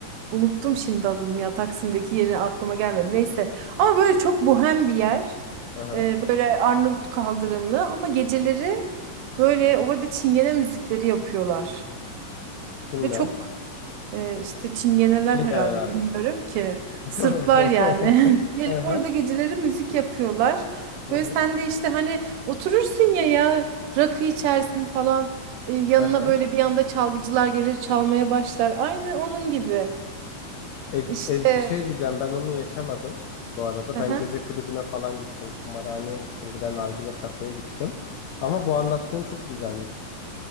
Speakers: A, on the right (about 80°); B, on the left (about 85°).
A: unuttum
B: Hı,
A: şimdi adını ya Taksim'deki yeri aklıma gelmedi. Neyse ama böyle çok bohem bir yer.
B: hı hı.
A: E, böyle Arnavut kaldırımlı ama geceleri böyle orada çingene müzikleri yapıyorlar.
B: Kimler?
A: Ve çok Ee, işte Çingeneler
B: Şimgeneler.
A: herhalde bilmiyorum ki.
B: <laughs>
A: Sırplar yani.
B: Hı
A: <laughs> Gelip
B: hı,
A: orada geceleri müzik yapıyorlar.
B: hı
A: Böyle
B: hı,
A: sen de işte hani oturursun ya ya rakı içersin falan. Ee, yanına
B: hı hı.
A: böyle bir anda çalgıcılar gelir çalmaya başlar. Aynı onun gibi.
B: E,
A: İşte.
B: e, bir şey diyeceğim ben onu yaşamadım bu arada.
A: Aha.
B: Ben gece kulübüne falan gittim, kumarhaneye gittim, bir de nargile kafeye gittim. Ama bu anlattığın çok güzelmiş.